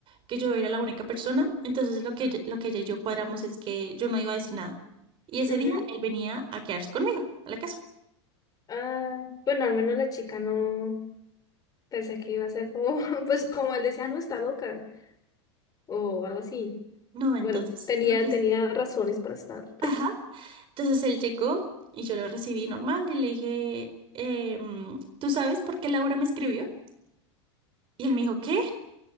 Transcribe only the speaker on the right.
que yo era la única persona, entonces lo que, ella- lo que ella y yo cuadramos es que yo no iba a decir nada. Y ese
día él venía a quedarse conmigo, a la casa.
No, entonces
lo que...
es-
Ajá. Entonces él llegó y yo lo recibí normal y le dije, em, ¿tú sabes por qué Laura me escribió? Y él me dijo, ¿qué?